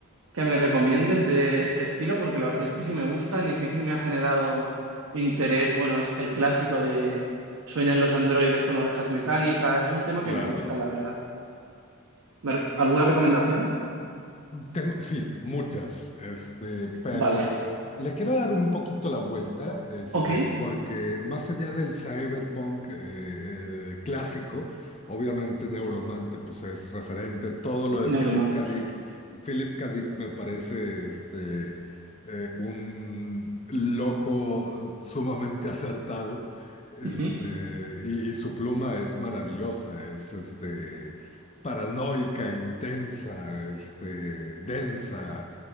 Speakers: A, on the right; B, on the left.
A: que me recomiendes de este estilo, porque la verdad es que sí me gustan y sí que me ha generado interés. Bueno, es el clásico de sueñan los androides con ovejas mecánicas, es un tema que
B: Claro.
A: me gusta, la verdad. ¿Me re- ¿Alguna recomendación?
B: Tengo, sí, muchas, este, pero
A: Vale,
B: le quiero dar un poquito la vuelta, este,
A: ok,
B: porque más allá del cyberpunk eh, eh, clásico, obviamente Neuromante pues es referente, todo lo
A: Neuromancer.
B: de Philip K. Dick, Philip K. Dick me parece este, eh, un loco eh, sumamente acertado, este,
A: Ujú.
B: y, y su pluma es maravillosa, es este paranoica, intensa, este, densa,